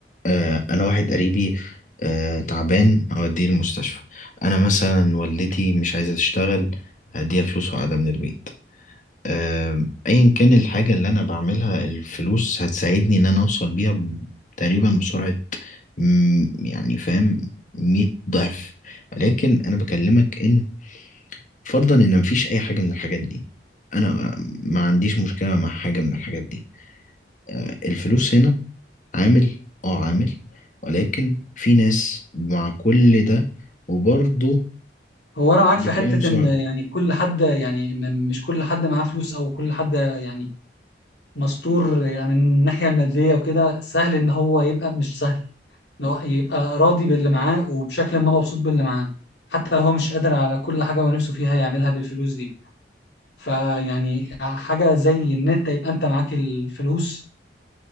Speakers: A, on the left; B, on the left.
A: آه انا واحد قريبي آه تعبان اوديه المستشفى انا مثلا والدتي مش عايزه تشتغل هديها فلوس وقاعده من البيت آم، ايا كان الحاجة اللي انا بعملها الفلوس هتساعدني ان انا اوصل بيها ب- تقريبا بسرعة مم، يعني فاهم مية ضعف لكن انا بكلمك ان فرضا ان مفيش اي حاجة من الحاجات دي انا ما عنديش مشكلة مع حاجة من الحاجات دي آه، الفلوس هنا عامل اه عامل ولكن في ناس مع كل ده وبرضه
B: هو انا معاك
A: مش
B: في
A: بتلاقيهم
B: حته
A: سعد
B: ان يعني كل حد يعني م- مش كل حد معاه فلوس او كل حد يعني مستور يعني من الناحيه الماديه وكده سهل ان هو يبقى مش سهل لو يبقى راضي باللي معاه وبشكل ما مبسوط باللي معاه حتى لو هو مش قادر على كل حاجة هو نفسه فيها يعملها بالفلوس دي فيعني حاجة زي إن أنت يبقى أنت معاك الفلوس